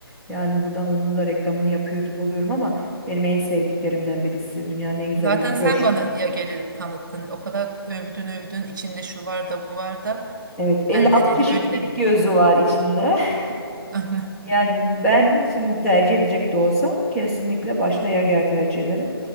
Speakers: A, in the centre; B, on the right.
A: Yani buradan onun da reklamını yapıyor gibi oluyorum ama benim en sevdiklerimden birisi. Dünyanın en güzel
B: Zaten
A: likör.
B: sen bana ya geri tanıttın. O kadar övdün övdün. içinde şu var da bu var da.
A: Evet, 56
B: Ben denedim,
A: çeşit
B: öyle denedim.
A: bitki özü var içinde. <laughs>
B: <laughs>
A: Yani ben şimdi tercih edecek de olsam kesinlikle başta Yager tercih ederim.